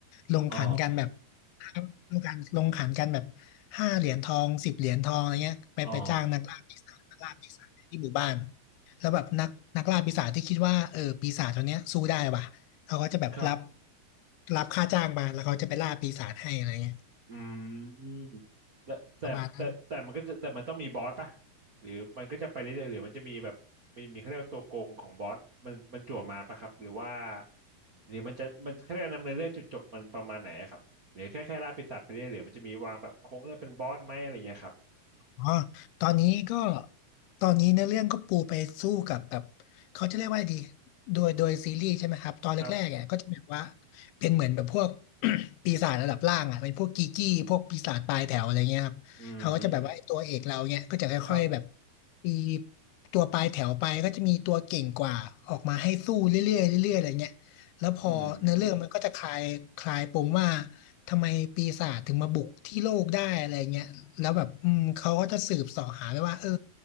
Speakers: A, on the left; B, on the right.
A: ลงขันกันแบบ
B: อ๋อ
A: ลงกันลงขันกันแบบห้าเหรียญทองสิบเหรียญทองอะไรเงี้ยไปไปจ้างนักล่าปีศาจนักล่าปีศาจที่หมู่บ้าน
B: อ๋อ
A: แล้วแบบนักนักล่าปีศาจที่คิดว่าเออปีศาจตัวเนี้ยสู้ได้ว่ะเขาก็จะแบบรับ
B: ครับ
A: รับค่าจ้างมาแล้วเขาจะไปล่าปีศาจให้อะไรเงี้ย
B: อืมแต่แต่แต่แต่มันก็จะแต่มันต้องมีบอสป่ะ
A: ประมาณนั้น
B: หรือมันก็จะไปเรื่อยๆหรือมันจะมีแบบมีมีเขาเรียกว่าตัวโกงของบอสมันมันจั่วมาป่ะครับหรือว่าหรือมันจะมันเขาเรียกว่าดำเนินเรื่องจุดจบมันประมาณไหนอะครับหรือแค่แค่ล่าปีศาจไปเรื่อยหรือมันจะมีวางแบบโค้งเรื่องเป็นบอสไหมอะไรอย่างเงี้ยครับ
A: อ๋อตอนนี้ก็ตอนนี้เนื้อเรื่องก็ปูไปสู้กับแบบเขาจะเรียกว่าดีโดยโดยซีรีส์ใช่ไหมครับตอนแรกๆอ่ยก็จะแบบว่า
B: ครับ
A: เป็นเหมือนแบบพวก <clears throat> <coughs> ปีศาจระดับล่างอ่ะเป็นพวกกีกี้พวกปีศาจปลายแถวอะไรเงี้ยครับเขาก็จะแบบว่าไอ้ตัวเอกเราเนี่ยก็จะค่อยๆแบบ
B: อืมครับ
A: ปีตัวปลายแถวไปก็จะมีตัวเก่งกว่าออกมาให้สู้เรื่อยๆเรื่อยๆอะไรเงี้ย แล้วพอเนื้อเรื่องมันก็จะคลายคลายปมว่า
B: อืม
A: ทำไมปีศาจถึงมาบุกที่โลกได้อะไรเงี้ยแล้วแบบอืมเขาก็จะสืบเสาะหาไปว่าเออ